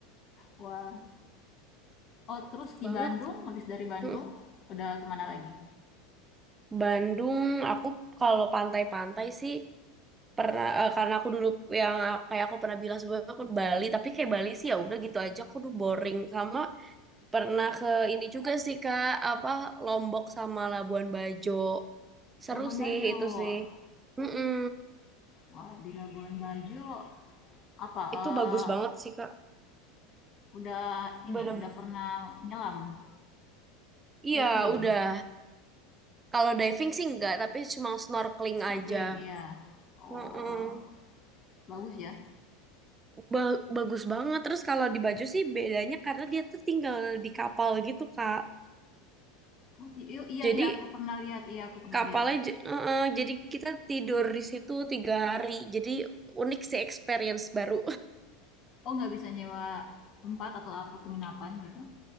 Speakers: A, on the left (about 40°); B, on the right (about 20°).
A: Wah. Oh, terus di
B: Banget.
A: Bandung, habis dari Bandung,
B: Heeh.
A: udah kemana lagi?
B: Bandung, aku kalau pantai-pantai sih pernah eh, karena aku dulu yang kayak aku pernah bilang sebelumnya aku ke Bali tapi kayak Bali sih ya udah gitu aja aku tuh boring sama pernah ke ini juga sih Kak apa Lombok sama Labuan Bajo seru
A: Labuan Bajo.
B: sih itu sih Mm-mm.
A: Wah, di Labuan Bajo apa eh,
B: itu bagus banget sih Kak
A: udah
B: bener
A: ini udah pernah nyelam,
B: iya
A: diving,
B: udah kalau diving sih enggak tapi cuma snorkeling
A: snorkeling,
B: aja
A: iya. Oh,
B: Mm-mm.
A: bagus ya.
B: Ba- bagus banget terus kalau di Bajo sih bedanya karena dia tuh tinggal di kapal gitu Kak
A: Oh, iya iya
B: jadi
A: iya, aku pernah lihat, iya aku pernah
B: Kapalnya,
A: lihat.
B: j- heeh, jadi kita tidur di situ tiga hari. Jadi unik sih experience baru.
A: Oh, nggak bisa nyewa tempat atau apa penginapan gitu.